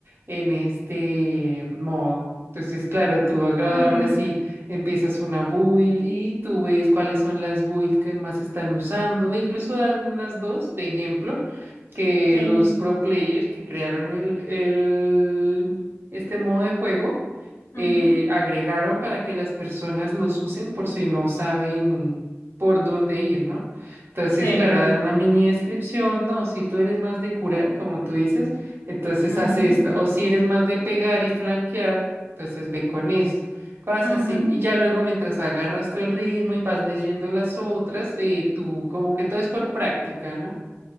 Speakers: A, on the right (about 55°); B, on the left (about 65°).
A: en este modo. Entonces, claro, tú agarras
B: mm,
A: y empiezas una build y tú ves cuáles son las builds que más están usando. E incluso dan unas dos de ejemplo que
B: sí,
A: los pro player que crearon el, el- este modo de juego
B: ujú,
A: eh, agregaron para que las personas los usen por si no saben por dónde ir, ¿no? Entonces,
B: sí,
A: claro, dan una mini descripción, no, si tú eres más de curar, como tú dices, entonces
B: ujú,
A: haz esto, o si eres más de pegar y flanquear, entonces ve con esto. Cosas
B: ujú,
A: así. Y ya luego mientras agarras tú el ritmo y vas leyendo las otras, eh, tú como que todo es por práctica, ¿no?